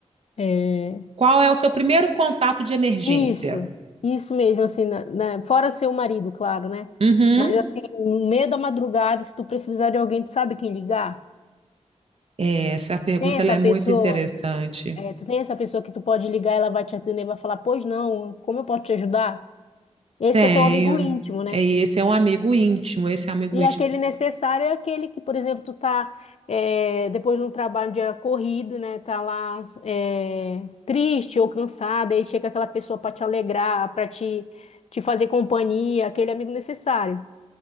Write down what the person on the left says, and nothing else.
é,
isso, isso mesmo, assim, na, na, fora seu marido, claro, né?
Mas assim, no meio da madrugada, se tu precisar de alguém, tu sabe quem ligar?
Tem essa
pessoa?
É, tu tem essa pessoa que tu pode ligar, ela vai te atender, vai falar, pois não, como eu posso te ajudar? Esse
é teu amigo íntimo, né?
E
aquele necessário é aquele que, por exemplo, tu tá é, depois de um trabalho de corrido, né? Tá lá é, triste ou cansada, aí chega aquela pessoa para te alegrar, para te, te fazer companhia, aquele amigo necessário.